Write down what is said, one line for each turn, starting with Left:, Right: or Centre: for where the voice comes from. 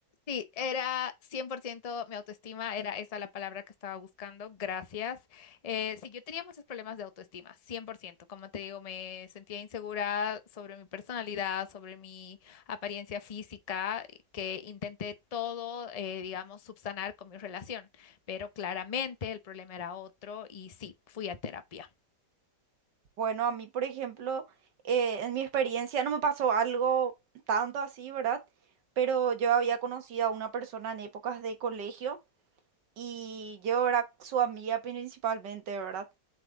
Left: Sí, era 100% mi autoestima, era esa la palabra que estaba buscando, gracias. Eh, sí, yo tenía muchos problemas de autoestima, 100%. Como te digo, me sentía insegura sobre mi personalidad, sobre mi apariencia física, que intenté todo, eh, digamos, subsanar con mi relación, pero claramente el problema era otro y sí, fui a terapia.
Right: Bueno, a mí, por ejemplo, eh, en mi experiencia no me pasó algo tanto así, ¿verdad? Pero yo había conocido a una persona en épocas de colegio y yo era su amiga principalmente, ¿verdad?